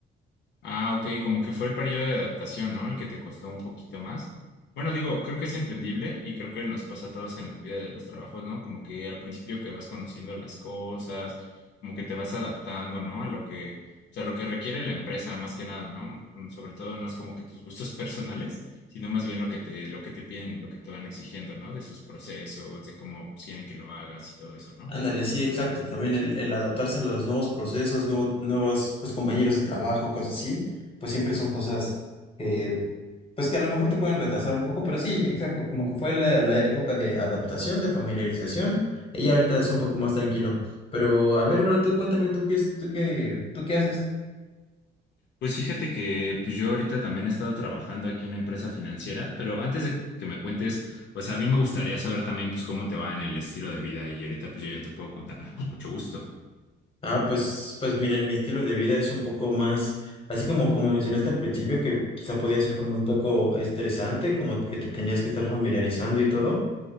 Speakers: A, on the left; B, on the left.
A: Ah, ok, como que fue el periodo de adaptación, ¿no? El que te costó un poquito más. Bueno, digo, creo que es entendible y creo que nos pasa a todos en las vidas de los trabajos, ¿no? Como que al principio que vas conociendo las cosas, como que te vas adaptando, ¿no? A lo que, o sea, lo que requiere la empresa más que nada, ¿no? Mm, Sobre todo no es como que tus gustos <laughs> personales, sino más bien lo que te, lo que te piden y lo que te van exigiendo, ¿no? De sus procesos, de cómo quieren que lo hagas y todo eso, ¿no?
B: Ándale, sí, exacto. También el, el adaptarse a los nuevos procesos, nuevo- nuevos pues, compañeros de trabajo, cosas así, pues siempre son cosas eh, pues que a lo mejor te pueden retrasar un poco, pero sí, exacto, como que fue la, la época de adaptación, de familiarización, y ya ahorita es un poco más tranquilo. Pero a ver, ahora tú cuéntame, ¿tú qué, es- tú qué, tú qué haces?
A: Pues fíjate que pues yo ahorita también he estado trabajando aquí en la empresa financiera, pero antes de que me cuentes, o sea, a mí me gustaría saber también pues cómo te va en el estilo de vida y ahorita pues yo ya te puedo contar con mucho gusto.
B: Ah, pues, pues miren, mi estilo de vida es un poco más, así como, como mencionaste al principio, que quizá podía ser como un poco estresante, como que te tenías que estar familiarizando y todo.